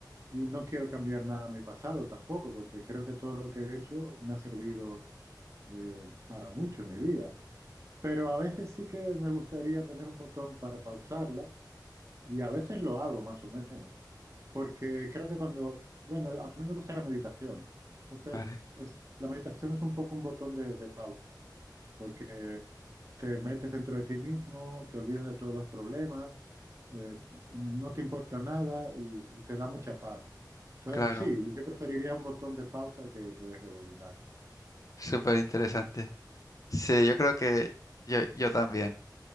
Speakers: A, on the right; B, on the left.
A: y no quiero cambiar nada a mi pasado tampoco, porque creo que todo lo que he hecho me ha servido eh, para mucho en mi vida. Pero a veces sí que me gustaría tener un botón para pausarla y a veces lo hago más o menos. Porque creo que cuando, bueno, a mí me gusta la meditación. Entonces,
B: Vale,
A: es, la meditación es un poco un botón de, de pausa, porque te metes dentro de ti mismo, te olvidas de todos los problemas, eh, no te importa nada y, y te da mucha paz. Entonces,
B: claro.
A: sí, yo preferiría un botón de pausa que, que de rebobinar.
B: Súper interesante. Sí, yo creo que yo, yo también.